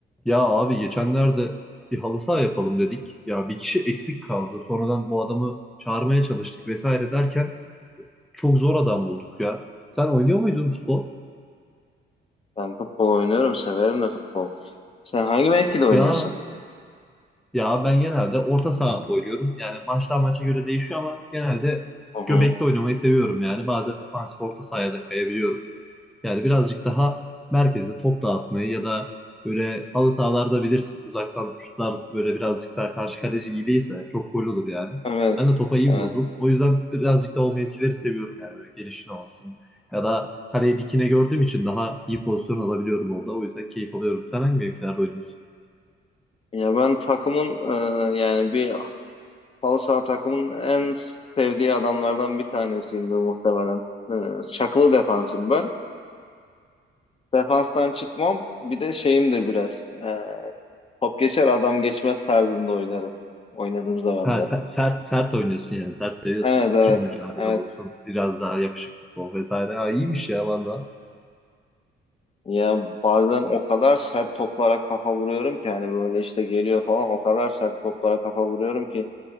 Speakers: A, in the centre; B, on the left.
A: Ya abi geçenlerde bir halı saha yapalım dedik. Ya bir kişi eksik kaldı. Sonradan bu adamı çağırmaya çalıştık vesaire derken çok zor adam bulduk ya. Sen oynuyor muydun futbol?
B: Ben futbol oynuyorum, severim de futbol. Sen hangi mevkide oynuyorsun?
A: Ya Ya ben genelde orta saha oynuyorum. Yani maçtan maça göre değişiyor ama genelde
B: Hı hı.
A: göbekte oynamayı seviyorum yani. Bazen defansif orta sahaya da kayabiliyorum. Yani birazcık daha merkezde top dağıtmayı ya da böyle halı sahalarda bilirsin uzaktan şutlar böyle birazcık daha karşı kaleci iyi değilse çok gol olur yani.
B: Evet,
A: Ben de topa iyi
B: evet.
A: vururum. O yüzden birazcık daha o mevkileri seviyorum yani böyle gelişine olsun. Ya da kaleyi dikine gördüğüm için daha iyi pozisyon alabiliyorum orada. O yüzden keyif alıyorum. Sen hangi mevkilerde oynuyorsun?
B: Ya ben takımın e, yani bir halı saha takımın en sevdiği adamlardan bir tanesiyimdir muhtemelen. E, çakılı defansım ben. Defanstan çıkmam. Bir de şeyimdir biraz. E, top geçer adam geçmez tarzında oynarım. Oynadığım zaman
A: Ha,
B: da.
A: se- sert sert oynuyorsun yani. Sert seviyorsun.
B: Evet evet
A: İkili mücadele
B: evet.
A: olsun. Biraz daha yapışık futbol vesaire. Ha, iyiymiş ya valla.
B: Ya bazen o kadar sert toplara kafa vuruyorum ki hani böyle işte geliyor falan o kadar sert toplara kafa vuruyorum ki